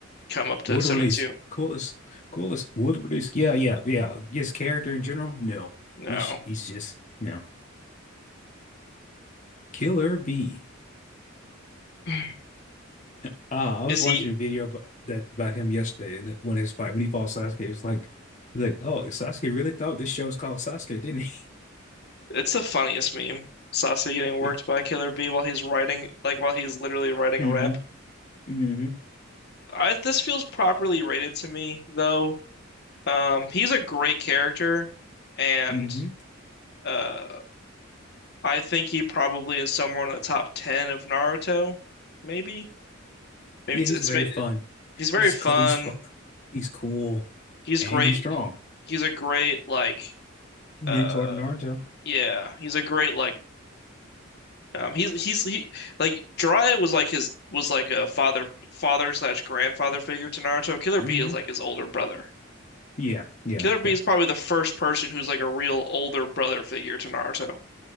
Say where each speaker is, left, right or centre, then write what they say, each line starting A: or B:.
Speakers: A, on the left (about 55°); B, on the left (about 40°).
A: come up to
B: Wood
A: 72.
B: release. Coolest, coolest wood release. Yeah, yeah, yeah. Just character in general? No.
A: No.
B: He's he's just no. Killer B.
A: <sighs>
B: Uh, I was
A: Is
B: watching
A: he?
B: a video about that about him yesterday and when his fight when he fought Sasuke, It's like he's like, oh, Sasuke really thought this show was called Sasuke, didn't he?
A: It's the funniest meme. Sasuke getting worked
B: <laughs>
A: by Killer B while he's writing, like while he's literally writing
B: Mm-hmm.
A: a rap.
B: Mm-hmm.
A: I, this feels properly rated to me, though. Um, he's a great character, and
B: Mm-hmm.
A: uh, I think he probably is somewhere in the top 10 of Naruto, maybe. Maybe
B: Yeah,
A: it's,
B: he's
A: it's
B: very
A: ma-
B: fun.
A: He's very
B: He's
A: fun.
B: co- he's fun. He's cool
A: He's
B: and
A: great.
B: he's strong.
A: He's a great like
B: Mentor
A: uh
B: to Naruto.
A: yeah, he's a great like um he's he's he like Jiraiya was like his was like a father father slash grandfather figure to Naruto. Killer
B: Mm-hmm.
A: B is like his older brother.
B: Yeah, yeah,
A: Killer B
B: yeah.
A: is probably the first person who's like a real older brother figure to Naruto.